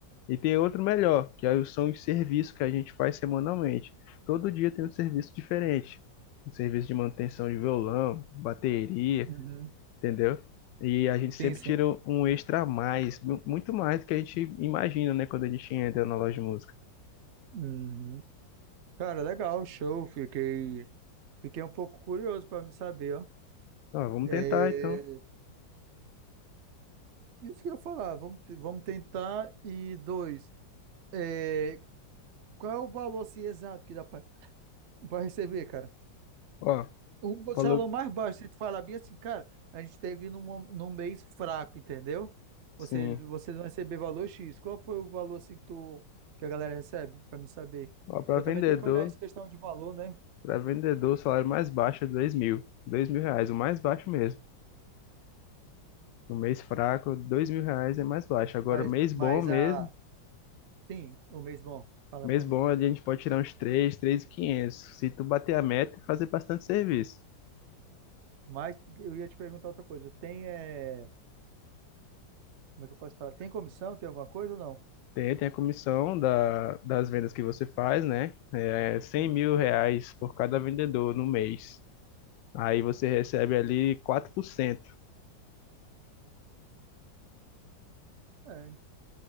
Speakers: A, on the left; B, on the right.
A: E tem outro melhor, que aí são os serviços que a gente faz semanalmente. Todo dia tem um serviço diferente. Um serviço de manutenção de violão, bateria,
B: Uhum.
A: entendeu? E a gente sempre
B: Sim, sim.
A: tira um extra a mais, mu- muito mais do que a gente imagina, né? Quando a gente entra na loja de música.
B: Uhum. Cara, legal, show. Fiquei, fiquei um pouco curioso para me saber, ó.
A: Ó, vamos
B: É,
A: tentar então.
B: isso que eu ia falar, vamos, te- vamos tentar. E dois, é, qual é o valor assim, exato que dá para receber, cara?
A: Ó,
B: O
A: tu falou
B: salão mais baixo, se tu falar bem assim, cara, a gente teve num, mo- num mês fraco, entendeu?
A: sim.
B: Você, vocês vão receber valor X. Qual foi o valor assim que, tu, que a galera recebe, para me saber?
A: Ó, para
B: Porque eu
A: vendedor.
B: também tenho que olhar essa questão de valor, né?
A: Para vendedor, o salário mais baixo é dois mil. Dois mil reais, o mais baixo mesmo. No mês fraco, dois mil reais é mais baixo. Agora,
B: Mas,
A: mês
B: mas
A: bom mesmo,
B: a. Sim, o mês bom. Fala
A: mês
B: para
A: bom
B: mim.
A: ali a gente pode tirar uns três, três e quinhentos. Se tu bater a meta, é fazer bastante serviço.
B: Mas eu ia te perguntar outra coisa. Tem, é... como é que eu posso falar? Tem comissão? Tem alguma coisa ou não?
A: Tem, tem a comissão da, das vendas que você faz, né? É cem
B: Uhum.
A: mil reais por cada vendedor no mês. Aí você recebe ali quatro por cento
B: É,